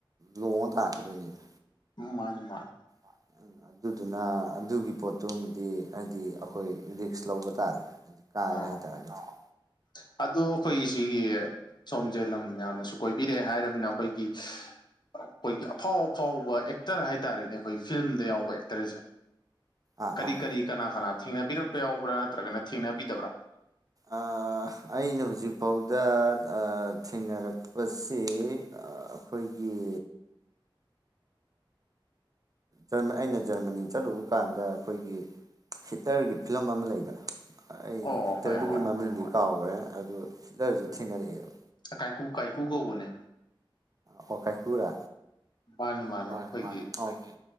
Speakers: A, on the right; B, on the left.
A: ꯂꯣꯡꯉ ꯇꯥꯔꯛꯀꯗꯣꯏꯅꯤꯗ
B: ꯎꯝ ꯃꯥꯅꯦ ꯃꯥꯟ
A: <unintelligible> ꯑꯗꯨꯗꯨꯅ ꯑꯗꯨꯒꯤ ꯄꯣꯠꯇꯨꯃꯗꯤ ꯍꯥꯏꯗꯤ ꯑꯩꯈꯣꯏ ꯔꯤꯛꯁ ꯂꯧꯕ ꯇꯥꯔꯦ <unintelligible> ꯀꯥꯒꯦ
B: ꯑ
A: ꯍꯥꯏ ꯇꯥꯔꯒꯗꯤ
B: <inaudible> ꯑꯗꯣ ꯑꯩꯈꯣꯏ ꯁꯤꯒꯤ ꯁꯣꯝꯁꯦ ꯂꯝ ꯌꯥꯝꯅꯁꯨ ꯀꯣꯏꯕꯤꯔꯛꯑꯦ ꯍꯥꯏꯔꯕꯅ ꯑꯩꯈꯣꯏꯒꯤ ꯑꯩꯈꯣꯏꯒꯤ ꯑꯐꯥꯎ ꯑꯐꯥꯎꯕ ꯑꯦꯛꯇꯔ ꯍꯥꯏꯇꯥꯔꯦꯅꯦ ꯑꯩꯈꯣꯏ ꯐꯤꯂꯝꯗ ꯌꯥꯎꯕ ꯑꯦꯛꯇꯔꯁꯦ꯫
A: ꯑꯥ
B: ꯀꯔꯤ ꯀꯔꯤ ꯀꯅꯥ ꯀꯅꯥ ꯊꯦꯡꯅꯕꯤꯔꯛꯄ ꯌꯥꯎꯕ꯭ꯔꯥ ꯅꯠꯇ꯭ꯔꯒꯅ ꯊꯦꯡꯅꯕꯤꯗꯕ꯭ꯔꯥ꯫
A: ꯑ ꯑꯩꯅ ꯍꯧꯖꯤꯛꯐꯥꯎꯗ ꯊꯦꯡꯅꯔꯛꯄꯁꯦ꯫ ꯑꯩꯈꯣꯏꯒꯤ ꯑ ꯑꯩꯅ ꯖꯔꯃꯅꯤ ꯆꯠꯂꯨꯕ ꯀꯥꯟꯗ ꯑꯩꯈꯣꯏꯒꯤ ꯍꯤꯇꯔꯒꯤ ꯐꯤꯂꯝ ꯑꯃ ꯂꯩꯗꯅ꯫ ꯑꯩ
B: ꯑꯣ
A: ꯑꯦꯛꯇꯔꯗꯨꯒꯤ
B: ꯍꯣꯏ ꯍꯣꯏ
A: ꯃꯃꯤꯡꯗꯤ ꯀꯥꯎꯈ꯭ꯔꯦ ꯑꯗꯨ ꯍꯤꯠꯂꯔꯁꯨ ꯊꯦꯡꯅꯔꯛꯑꯦꯕ꯫
B: ꯀꯥꯏ ꯀꯨ ꯀꯥꯏ ꯀꯨ ꯀꯧꯕꯅꯦ꯫
A: ꯑꯣ ꯀꯥꯏꯀꯨꯔꯥ꯫
B: ꯃꯥꯅꯦ ꯃꯥꯅꯦ
A: ꯍ
B: ꯑꯩꯈꯣꯏꯒꯤ
A: ꯍꯦ